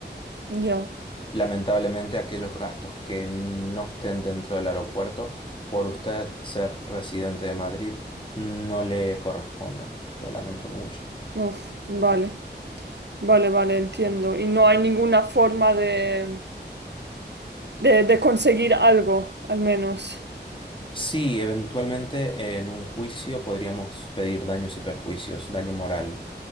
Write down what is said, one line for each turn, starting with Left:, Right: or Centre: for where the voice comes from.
Right: Ya,
Left: Lamentablemente, aquellos gastos que no estén dentro del aeropuerto, por usted ser residente de Madrid, no le corresponden. Lo lamento mucho.
Right: Uf, vale, vale, vale, entiendo. Y no hay ninguna forma de, de, de conseguir algo, al menos.
Left: Sí, eventualmente en un juicio podríamos pedir daños y perjuicios, daño moral.